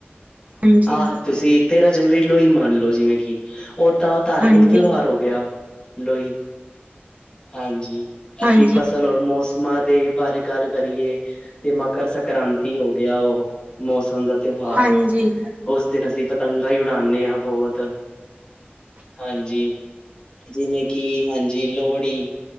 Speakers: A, on the right (about 40°); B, on the left (about 25°).
A: ਹਾਂਜੀ
B: ਹਾਂ, ਤੁਸੀਂ ਤੇਰਾਂ ਜਨਵਰੀ ਨੂੰ ਹੀ ਮੰਨ ਲਓ, ਜਿਵੇਂ ਕਿ, ਉਹ ਤਾਂ ਧਾਰਮਿਕ
A: ਹਾਂਜੀ
B: ਤਿਉਹਾਰ ਹੋ ਗਿਆ। ਲੋਹੜੀ, ਹਾਂਜੀ।
A: ਹਾਂਜੀ
B: ਅਸੀਂ ਫਸ ਸਲਰ ਮੌਸਮਾਂ ਦੇ ਬਾਰੇ ਗੱਲ ਕਰੀਏ ਤੇ ਮਕਰ ਸੰਕ੍ਰਾਂਤੀ ਹੋ ਗਿਆ ਉਹ। ਮੌਸਮ ਦਾ ਤਿਉਹਾਰ,
A: ਹਾਂਜੀ
B: ਉਸ ਦਿਨ ਅਸੀਂ ਪਤੰਗਾਂ ਹੀ ਉਡਾਉਂਦੇ ਹਾਂ ਬਹੁਤ। ਹਾਂਜੀ, ਜਿਵੇਂ ਕਿ ਹਾਂਜੀ ਲੋਹੜੀ।